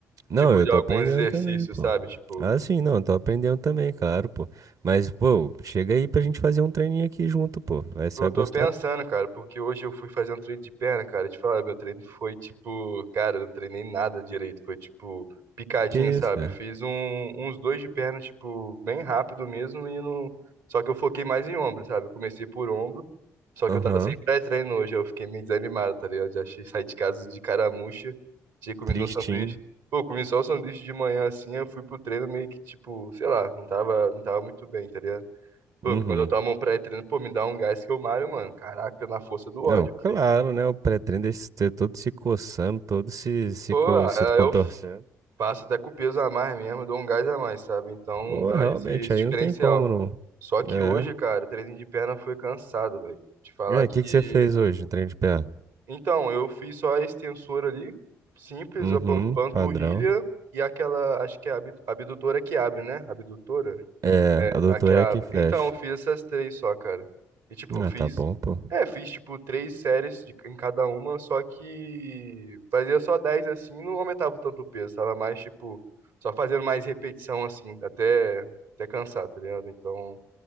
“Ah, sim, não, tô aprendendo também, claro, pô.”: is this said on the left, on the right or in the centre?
Right